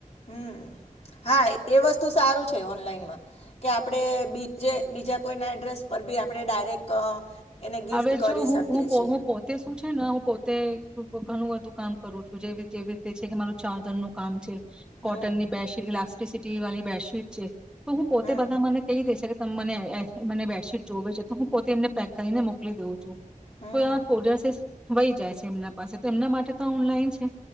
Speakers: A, on the left; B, in the centre.
A: હમ, હા એ વસ્તુ સારું છે ઓનલાઈનમાં. કે આપડે બીજે બીજા કોઈ એડ્રેસ પરબી આપણે ડાયરેક્ટ અ એને ગિફ્ટ
B: હવે
A: કરી
B: જો હું
A: શકીએ
B: હું પો
A: છીએ
B: હું પોતે શું છેને પોતે ઘણું બધું કામ કરું છું જેવી જેવી રીતે છે કે મારું ચારજનનું કામ છે. કોટનની
A: હમ
B: બે શી <unintelligible> ટી વાલી બેડશીટ છે. તો હું પોતે
A: હમ
B: બધાં મને કેય દે છેકે ત મને મને બેડશીટ જોવે છે તો હું પોતે એમને પેક કરીને મોક મોકલી દઉં છું.
A: હમ
B: કોઈ અ કોડરસિસ વહી જાય છે એમના પાસે તો એમના માટે તો ઓનલાઈન છે.